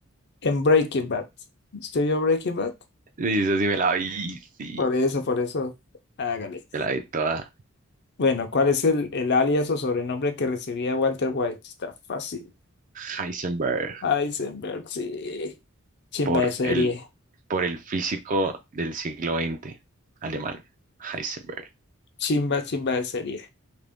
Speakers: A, on the left (about 50°); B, on the right (about 40°).
A: en Breaking Bad. ¿Usted vio Breaking Bad?
B: Dice sí me la vi, sí,
A: Por eso, por eso, hágale.
B: me la vi toda
A: Bueno, ¿cuál es el, el alias o sobrenombre que recibía Walter White? Está fácil.
B: Heisenberg
A: Heisenberg, sí. Chimba
B: por
A: de serie.
B: el, por el físico del siglo XX, alemán, Heisenberg.
A: Chimba, chimba de serie.